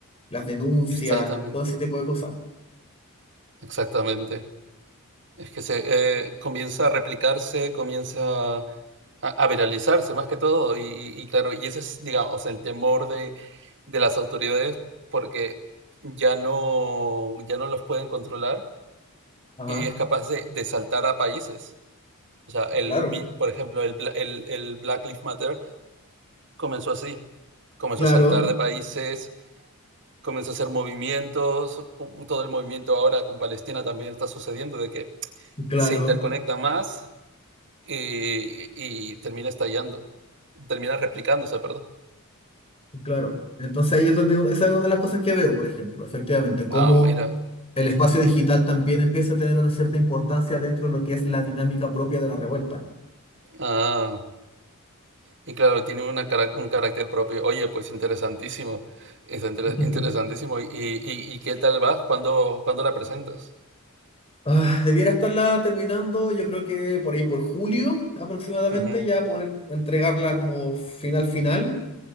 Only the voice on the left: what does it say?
las denuncias,
todo ese tipo de cosas.
Ajá,
claro,
claro,
claro.
Claro, entonces ahí es donde, esa es una de las cosas que veo, por ejemplo, efectivamente, cómo
el espacio digital también empieza a tener una cierta importancia dentro de lo que es la dinámica propia de la revuelta.
<laughs>
Ah, debiera estarla terminando, yo creo que por ahí por julio aproximadamente,
ya poder entregarla como final final